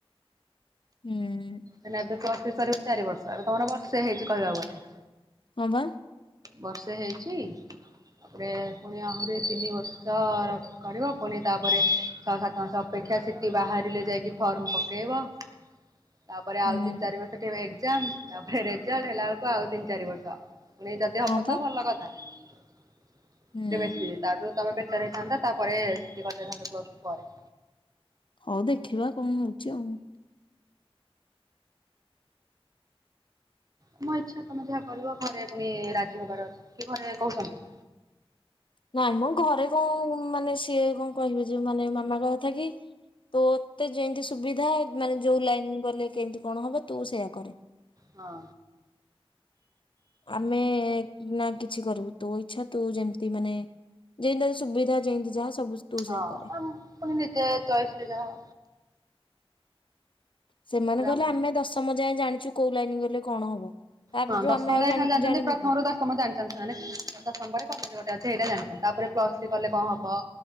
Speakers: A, on the left (about 55°); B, on the right (about 40°).
A: ହୁଁ।
B: ହେଲା ଏବେ ପ୍ଲସ ଥ୍ରି ସରିବ ଚାରି ବର୍ଷ ଏବେ ତମର ବର୍ଷେ ହେଇଛି କହିବାକୁ ଗଲେ।
A: ହଁ ବା।
B: ବର୍ଷେ ହେଇଚି ତାପରେ ପୁଣି ଆହୁରି ତିନି ବର୍ଷ ର କରିବ ପୁଣି ତାପରେ ଛଅ ସାତ ମାସ ଅପେକ୍ଷା ସିଟିି ବାହାରିଲେ ଯାଇକି ଫର୍ମ ପକେଇବ। ତାପରେ
A: ହୁଁ
B: ଆଉ ତିନ ଚାରି ମା ତ କେବେ ଏଜ୍ଜାମ ତାପରେ ରେଜଲ୍ଟ ହେଲା ଆଳକୁ ଆଉ ତିନି ଚାରି ବର୍ଷ ପୁଣି ଯ ଯଦି ହବ
A: ହଁ ପା।
B: ତ ଭଲ କଥା କି
A: ହୁଁ।
B: ବେସି ତାଠୁ ତମେ ବେଟର ହେଇଥାନ୍ତା ତାପରେ ସିଟି କରିଦେଇଥାନ୍ତ ପ୍ଲସ ଟୁ ପରେ।
A: ହୋଉ ଦେଖିବା କଣ ହଉଚି ଆଉ।
B: ତମ ଇଚ୍ଛା ତମେ ଯାହା କରିବ ଘରେ ପୁଣି ରାଜି ହବାର ଅଛି କି ଘରେ କହୁଚନ୍ତି।
A: ନାଇଁ ମ ଘରେ କ ମାନେ ସିଏ କଣ କହିବେ ଯେ ମାନେ ମାମା କହିବା କଥା କି ତୋତେ ଯେମିତି ସୁବିଧା ମାନେ ଯୋଉ ଲାଇନ ଗଲେ କେମିତି କଣ ହବ ତୁ ସେଇୟା କରେ।
B: ହଁ।
A: ଆମେ ନା କିଛି କରିବୁ। ତୋ ଇଛା ତୁ ଯେମିତି ମାନେ ଯେନ୍ତି ତତେ ସୁବିଧା ଯେନ୍ତି ଯାହା ସବୁ ତୁ ସେୟା
B: ହଁ
A: କରେ।
B: ଆମ ପୁଣି ନିଜେ ଚଏସ ରେ ଯାହା।
A: ସେମାନେ
B: ରାମ
A: କହିଲେ ଆମେ ଦଶମ ଯାଏ ଜାଣିଚୁ କୋଉ ଲାଇନ ଗଲେ କଣ ହବ। ତାପରଠୁ
B: ହଁ ଦଶମ
A: ଆମେ ଆଉ
B: ଯାଏଁ
A: ଜାଣି
B: ସେମାନେ ଜାଣିଛନ୍ତି।
A: ଜାଣିବୁ
B: ପ୍ରଥମରୁ
A: କି
B: ଦଶ ଶମ ଜାଣିଛନ୍ତି ସେମାନେ। ଦଶମ ପରେ କଲେଜ ଗୋଟେ ଅଛି ହେଇଟା ଜାଣିଛନ୍ତି। ତାପରେ ପ୍ଲସ ଥ୍ରି କଲେ କଣ ହବ